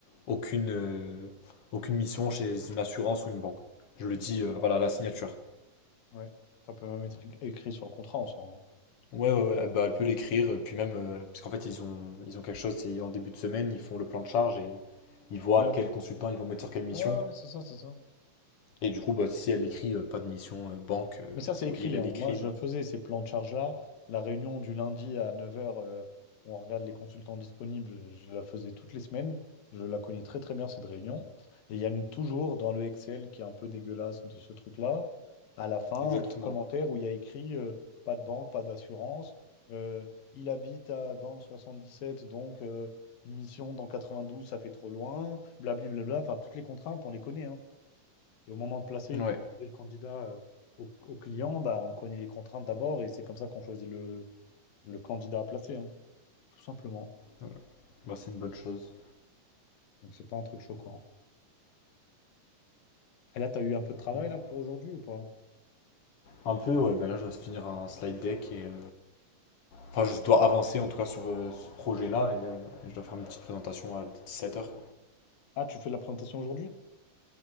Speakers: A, on the left; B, on the left.
A: aucune, euh, aucune mission chez une assurance ou une banque. Je le
B: tout
A: dis,
B: simplement.
A: euh, voilà, à la signature.
B: Ouais. Ça peut même être é- écrit sur le contrat en soi. hein.
A: Ouais, ouais, ouais, bah, elle peut l'écrire, euh, puis même, euh, parce qu'en fait ils ont, ils ont quelque chose, c'est en début de semaine, ils font le plan de charge et ils voient
B: Ouais.
A: quel consultant ils vont mettre sur quelle mission.
B: Ouais, ouais, ouais, c'est ça, c'est ça.
A: Et du coup, bah, si elle écrit euh, pas de mission euh, banque, euh,
B: Mais ça, c'est écrit.
A: ou il, elle
B: hein.
A: écrit,
B: Moi, je
A: bah,
B: faisais ces plans de charge-là. La réunion du lundi à 9 heures, où on regarde les consultants disponibles, je la faisais toutes les semaines. Je la connais très, très bien, cette réunion. Et il y a une- toujours dans le Excel qui est un peu dégueulasse de ce truc-là, à la fin,
A: Exactement.
B: un truc commentaire où il y a écrit euh, pas de banque, pas d'assurance. Euh, il habite à- dans le 77, donc euh, une mission dans 92, ça fait trop loin. Blablabla. Enfin, toutes les contraintes, on les connaît. hein. Et au moment de placer et
A: Ouais.
B: de proposer le candidat euh, au, au client, bah, on connaît les contraintes d'abord et c'est comme ça qu'on choisit le, le candidat à placer, hein, tout simplement.
A: Voilà. Bah, c'est une bonne chose.
B: Donc c'est pas un truc choquant. Et là, tu as eu un peu de travail
A: Mhm.
B: là pour aujourd'hui ou pas?
A: Un peu, ouais, bah là, je dois finir un slide deck et. euh, Enfin, je dois avancer en tout cas sur euh, ce projet-là et, euh, et je dois faire une petite présentation à 17h.
B: Ah, tu fais la présentation aujourd'hui?